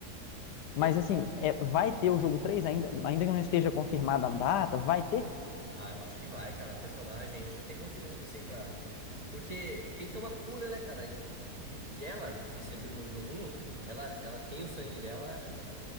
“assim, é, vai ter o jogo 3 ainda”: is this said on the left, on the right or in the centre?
Left